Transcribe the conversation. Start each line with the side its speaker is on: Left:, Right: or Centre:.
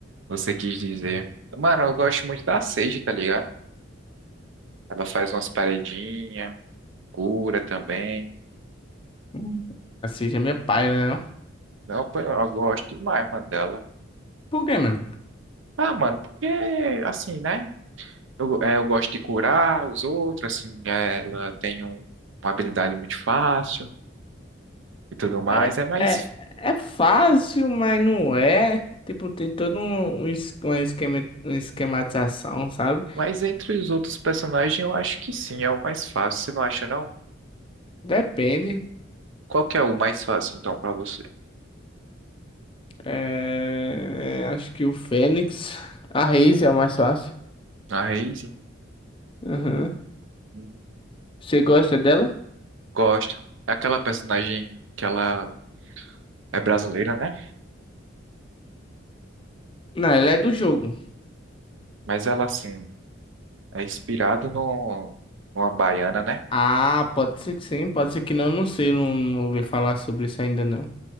Right: você quis dizer. Mano, eu gosto muito da Sage, tá ligado? Ela faz umas paredinhas, cura também.
Left: Hum. Assim, já é minha paia, né, não?
Right: Não, pô, eu gosto demais, mano, dela.
Left: Por quê, mano?
Right: Ah, mano, porque, assim, né? Eu, é, eu gosto de curar os outros, assim, né? ela tem um- uma habilidade muito fácil e tudo mais.
Left: É,
Right: É mais
Left: é, é fácil, mas não é. Tipo, tem todo um, um es- um esquema, uma esquematização, sabe?
Right: Mas entre os outros personagens, eu acho que sim, é o mais fácil. Você não acha, não?
Left: Depende.
Right: Qual que é o mais fácil, então, pra você?
Left: É, acho que o Fênix. A Raze é a mais fácil.
Right: A Raízen?
Left: Uhum.
Right: Hum,
Left: Você gosta dela?
Right: Gosto. É aquela personagem que ela é brasileira, né?
Left: Não, ela é do jogo.
Right: Mas ela, assim, é inspirada no, numa baiana, né?
Left: Ah, pode ser que sim, pode ser que não, não sei, não, não ouvi falar sobre isso ainda não.